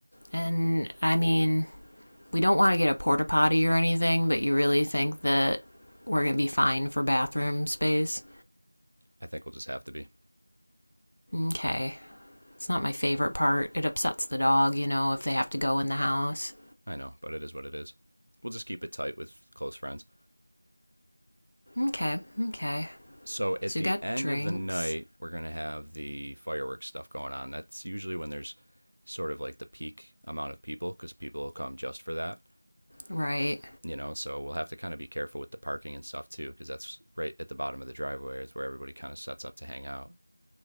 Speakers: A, on the left; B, on the right.
A: And I mean, we don't want to get a porta potty or anything, but you really think that we're gonna be fine for bathroom space?
B: I think we'll just have to be.
A: Okay. It's not my favorite part. It upsets the dog, you know, if they have to go in the house.
B: i know, but it is what it is. We'll just keep it tight with close friends.
A: Okay, okay.
B: So at
A: So
B: the
A: you got
B: end
A: drinks,
B: of the night, we're going to have the fireworks stuff going on. That's usually when there's sort of like the peak amount of people because people will come just for that.
A: right?
B: you know so we'll have to kind of be careful with the parking and stuff too because that's right at the bottom of the driveway is where everybody kind of sets up to hang out